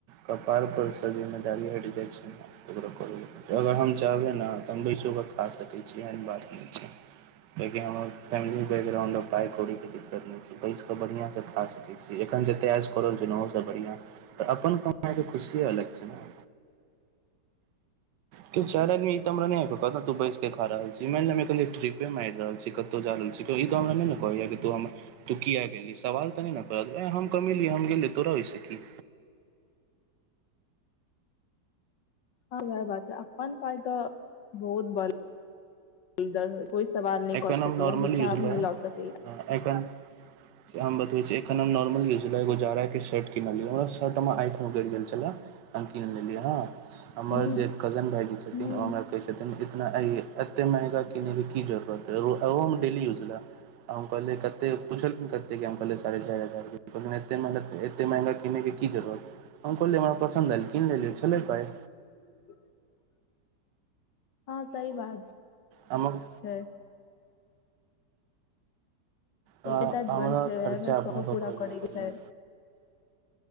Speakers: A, on the right (about 75°); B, on the left (about 80°).
A: कपार पर सँ जिम्मेदारी हटि जाइ छै। अगर हम चाहबै ने तऽ हम बैसो के खा सकै छी एहन बात नहि छै लेकिन हमर फैमिली बैकग्राउंड पाय कौड़ी के दिक्कत नै छै बैस क बढ़ियां से खा सकै छी एखन जते ऐस क रहल छी न ओहो से बढ़ियां तऽ अपन कमाई के खुशिये अलग छै ने। तीन चार आदमी त हमरा नहि कतऽ तू बैस के खा रहल छी मान लिय हम कनी ट्रीपे मारि रहल छी कतहु जा रहल छी कोइ ई तऽ हमरा नहि ने कहैये कि तू हमर तू किया गेलही सवाल तऽ नहि ने करत, एंह हम कमेलियै हम गेलियै तोरा ओहिसे की।
B: हँ वएह बात छै अपन पाइ तऽ बहुत बल होइ कोई सवाल नइ
A: एखन
B: क
A: हम
B: सकैया
A: नॉर्मल
B: हिसाब
A: यूज लए
B: नइ ल सकैया।
A: एखन हम बतबे छी, एखन हम नॉर्मल यूज ला एगो जाड़ा के शर्ट किनलिए बस छठमा आठमा गि गेल छले त कीन लेलियै हँ हमर
B: हूं
A: जे कजन भायजी छथिन
B: हूं
A: ओ हमरा कहे छथिन इतना एते महंगा किने के की जरूुरत ओहो में डेलीयुज ले हम कहले कते पुछलखिन कते हम कहले साढ़े चार हजार ए एते मंगा, एतै मंहगा किनै के की जरुरत हम कहलियै हमरा पसन्द आयल कीन लेलिय छलै पाइ
B: ठ हँ सही बात छै,
A: हमर
B: छय।
A: आ
B: एकटा
A: हमरा
B: जीवन छै
A: खर्चा
B: ओहिमे
A: अपना
B: शौखो
A: पर
B: पूरा
A: करि
B: करे
A: नै करि
B: के छै
A: ने